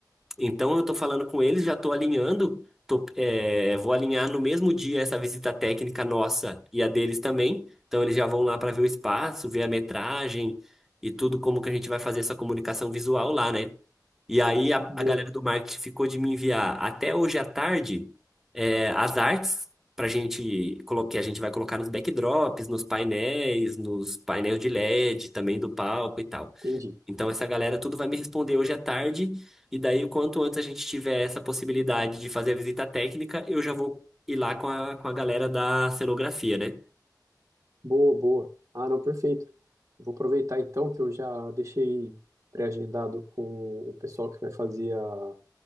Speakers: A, in the centre; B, on the right.
A: Então eu estou falando com eles, já estou alinhando, tô, é, vou alinhar no mesmo dia essa visita técnica nossa e a deles também. Então eles já vão lá para ver o espaço, ver a metragem e tudo como que a gente vai fazer essa comunicação visual lá, né? E aí a,
B: Boa,
A: a galera do marketing ficou de me enviar até hoje à tarde é, as artes para gente colo- que a gente vai colocar nos backdrops, nos painéis, nos painéis de LED também do palco e tal.
B: entendi.
A: Então, essa galera tudo vai me responder hoje à tarde, e daí, o quanto antes a gente tiver essa possibilidade de fazer a visita técnica, eu já vou ir lá com a, com a galera da cenografia, né?
B: Boa, boa. Ah, não, perfeito. Vou aproveitar então que eu já deixei pré-agendado com o pessoal que vai fazer a,